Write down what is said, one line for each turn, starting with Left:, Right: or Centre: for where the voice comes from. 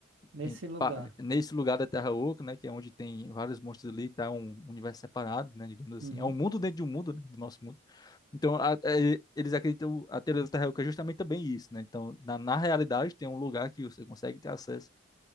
Right: Nesse
Left: em
Right: lugar.
Left: pa- nesse lugar da Terra Oca, né? Que é onde tem vários monstros ali, tá um universo separado, né? Digamos assim,
Right: Uhum.
Left: é um mundo dentro de um mundo, né? Do nosso mundo. Então, a- é, eles acreditam a teoria da Terra Oca é justamente também isso, né? Então, na, na realidade, tem um lugar que você consegue ter acesso